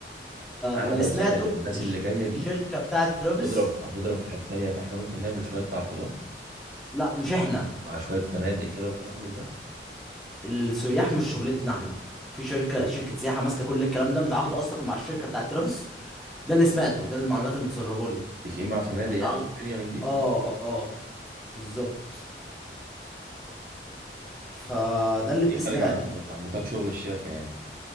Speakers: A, on the right; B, in the centre.
A: قعدة
B: اللي سمعته
A: وسكن للناس
B: الش-
A: اللي جاية
B: الشركه
A: دي
B: بتاعت ترافيس
A: تضرب هتضرب في حتة تانية فاحنا ممكن نعمل شوية تعاقدات
B: لا
A: مع
B: مش احنا
A: مع شوية فنادق كده وكلام من ده
B: السياح مش شغلتنا احنا في شركه شركه سياحه ماسكه كل الكلام ده متعاقده اصلا مع الشركه بتاعت ترافيس ده اللي سمعته ده المعلومات اللي متسربه لي
A: متفقين مع فنادق
B: متعاقد
A: يعني والدنيا من دي
B: اه اه آه، بالظبط فده اللي
A: دي
B: سمعته
A: خارج عن عن نطاق شغل الشركة يعني